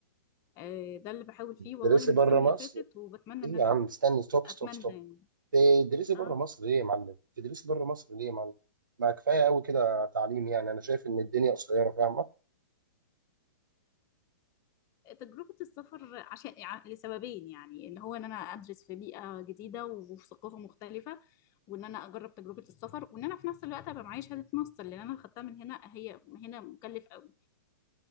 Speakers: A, on the left (about 30°); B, on the right (about 80°).
A: آه، ده اللي بحاول فيه والله
B: تدرسي
A: من
B: بره
A: السنة
B: مصر
A: اللي فاتت وبتمنى
B: ايه
A: ان
B: يا
A: انا
B: عم استني ستوب
A: اتمنى
B: ستوب ستوب
A: يعني
B: تدرسي بره
A: اه
B: مصر ليه يا معلم تدرسي بره مصر ليه يا معلم ما كفايه قوي كده تعليم يعني انا شايف ان الدنيا قصيره فاهمه
A: تجربة السفر عشان يع- لسببين يعني اللي هو ان انا ادرس في بيئة جديدة وفي ثقافة مختلفة وان انا اجرب تجربة السفر وان انا في نفس الوقت ابقى معايا شهادة ماستر لان انا خدتها من هنا هي هنا مكلف قوي